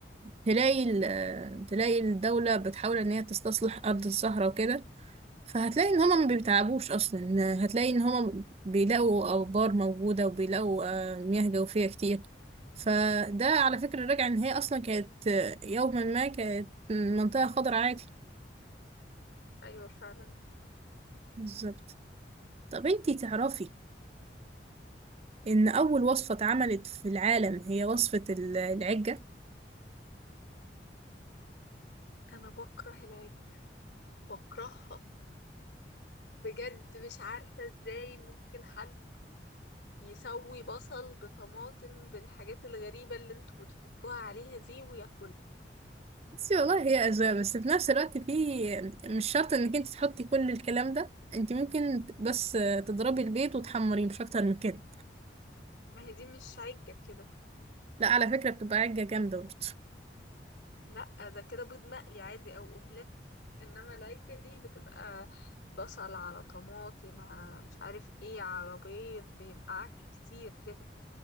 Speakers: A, on the right (about 35°); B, on the left (about 75°).
A: تلاقي ال- تلاقي الدولة بتحاول ان هي تستصلح ارض الصحراء وكده فهتلاقي ان هما ما بيتعبوش اصلا هتلاقي ان هما بيلاقوا ابار موجودة وبيلاقوا آه، مياه جوفية كتير فده على فكرة راجع ان هي اصلا كانت آه، يوما ما كانت منطقة خضراء عادي
B: ايوه فعلا
A: بالظبط طب انتي تعرفي ان اول وصفة اتعملت في العالم هي وصفة ال- العجة
B: انا بكره العجل بكرهها بجد مش عارفة ازاي ممكن حد يسوي بصل بطماطم بالحاجات الغريبة اللي انتوا بتحطوها عليها دي وياكلها
A: بس والله هي أذواق بس في نفس الوقت في مش شرط انك انت تحطي كل الكلام ده انت ممكن بس تضربي البيض وتحمريه مش اكتر من كده
B: ما هي دي مش عجة كده
A: لا على فكرة بتبقى عجة جامدة برضه
B: لا ده كده بيض مقلي عادي او اومليت انما العجل دي بتبقى بصل على طماطم على مش عارف ايه على بيض بيبقى عك كتير كده